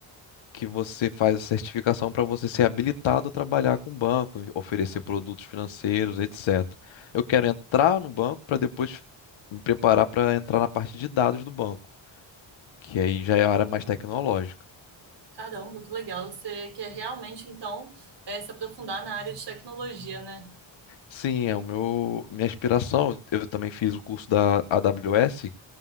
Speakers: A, on the left; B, on the right.
A: que você faz a certificação para você ser habilitado a trabalhar com banco, oferecer produtos financeiros, etc. Eu quero entrar no banco para depois me preparar para entrar na parte de dados do banco, que aí já é a área mais tecnológica.
B: Caramba, que legal. Você quer realmente, então, é, se aprofundar na área de tecnologia, né?
A: Sim, é o meu minha aspiração. Eu também fiz o curso da AWS